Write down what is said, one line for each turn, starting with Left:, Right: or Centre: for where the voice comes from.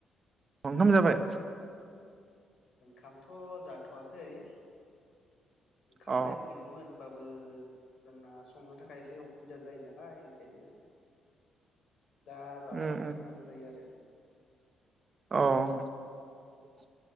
Right: ओंखाम जाबाय?
Left: ओंखामथ' जाथ'वाखै । ओंखामलाय
Right: अ
Left: उखैदोंमोन होमबाब बो जोंना संनो थाखाय एसे अखुबिदा जायो नालाय ओंखायनो दा जाथ'वाखै
Right: उम
Left: होनना बुंजायो आरो ।
Right: औ ।